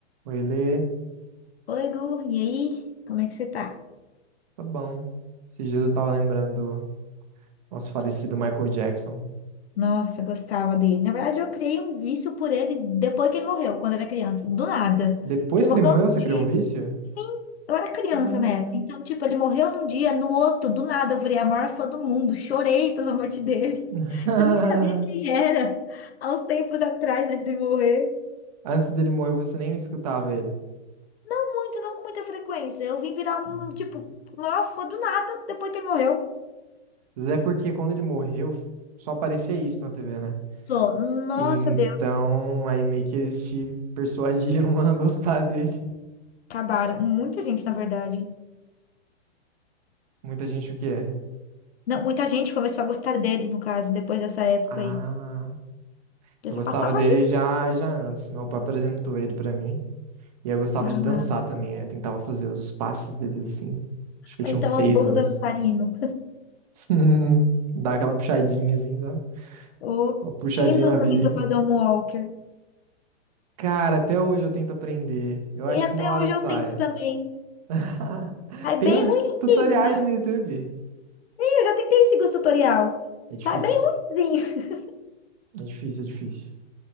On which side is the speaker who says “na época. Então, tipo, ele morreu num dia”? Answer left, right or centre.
Left